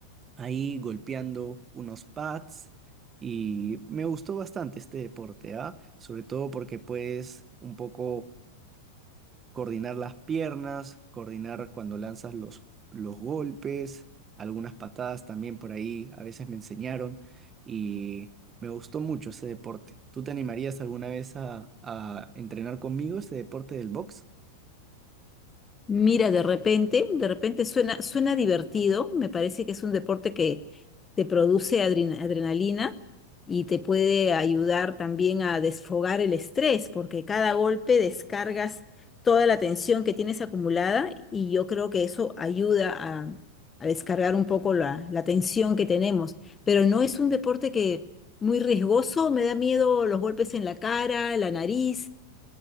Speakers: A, on the right; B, on the left.
A: ahí golpeando unos pads y me gustó bastante este deporte, ¿ah? Sobre todo porque puedes un poco coordinar las piernas, coordinar cuando lanzas los, los golpes, algunas patadas también por ahí, a veces me enseñaron y me gustó mucho ese deporte. ¿Tú te animarías alguna vez a, a entrenar conmigo este deporte del box?
B: Mira, de repente, de repente suena, suena divertido. Me parece que es un deporte que te produce adrena- adrenalina y te puede ayudar también a desfogar el estrés, porque cada golpe descargas toda la tensión que tienes acumulada y yo creo que eso ayuda a, a descargar un poco la, la tensión que tenemos. Pero no es un deporte que muy riesgoso, me da miedo los golpes en la cara, la nariz.